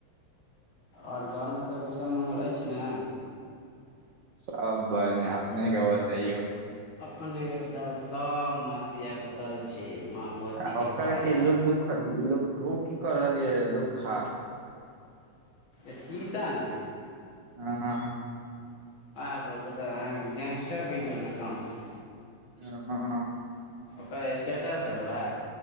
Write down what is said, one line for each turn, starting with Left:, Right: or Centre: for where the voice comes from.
Left: ओर घरमे सभ कुसल-मंगल अछि ने?
Right: सब बढ़िआ। अपने कऽ बतइयो।
Left: अपने के फिलहाल सब मस्तीमे यऽ, कुशल छी। माँ भगवती
Right: आ ओकर
Left: कृपा
Right: कऽ
Left: यऽ
Right: ओ की कऽ रहलियै, लूखा।
Left: सीता न
Right: ह
Left: ह प्रभु, तऽ गेंगस्टर बी गेल गामके।
Right: ह ह ह
Left: ओकर स्टेटस देखबै